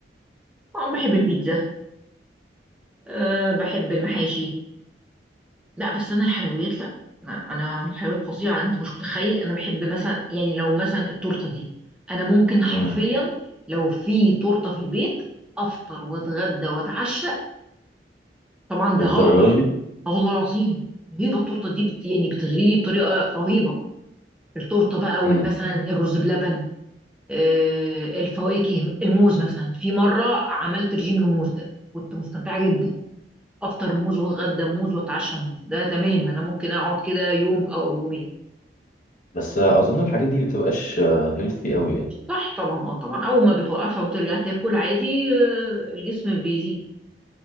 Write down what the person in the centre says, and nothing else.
طبعا بحب البيتزا أه بحب المحاشي لا بس انا الحلويات لا ما- انا الحلويات فظيعه انت مش متخيل انا بحب مثلا يعني لو مثلا التورته دي انا ممكن حرفيا
لو في تورته في البيت افطر واتغدى واتعشى طبعا ده
غلط
اه والله العظيم رهيبه التورته دي بت... يعني بتغريني بطريقه رهيبه التورته بقى
والمثلا الرز بلبن آه الفواكه الموز مثلا في مره عملت رجيم الموز ده كنت مستمتعه جدا افطر موز واتغدى موز واتعشى موز ده تمام انا ممكن اقعد كده يوم او يومين
صح طبعا اه طبعا اول ما بتوقفها وترجع تاكل عادي آه، الجسم بيزيد